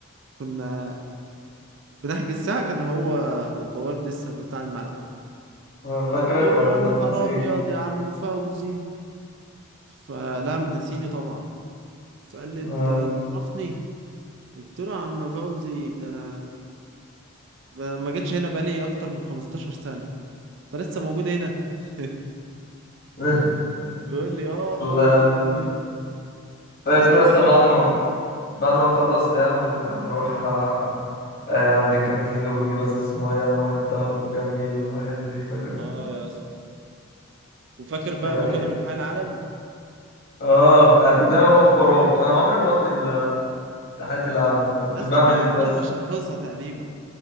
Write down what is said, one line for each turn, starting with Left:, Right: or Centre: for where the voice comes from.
Right: كنا بنحجز ساعة كان هو البواب لسه بتاع الملعب
Left: آه، فاكرك
Right: قلت
Left: ولا
Right: له يا نهار
Left: نسيت
Right: أبيض يا عم فوزي فلم نسيني طبعا فقال لي أنت
Left: اه
Right: تعرفني قلت له يا عم فوزي ده أنا أنا ما جيتش هنا بقالي أكتر من 15 سنة أنت لسه موجود هنا <laughs>
Left: <laughs>
Right: بيقول لي اه امال
Left: والله
Right: اروح
Left: يا عم
Right: فين
Left: فاكر
Right: يا اسطى
Left: يا
Right: فاكر
Left: اسطى بعد ما بعد ما نخلص لعب كنا بنروح آه، آه، عند الكانتين وبجيب ازازة مية انا وانت وجميل والعيال دي فاكر والله
Right: اه يا اسطى وفاكر بقى
Left: كانت
Right: ما كنا بنحيي العالم
Left: اه انا كنت دايما بقف وراك انا عمري ما قلت ال- تحية العامة انا كنت
Right: يا اسطى
Left: بعمل
Right: انت اصلا
Left: بس
Right: مش حافظها تقريبا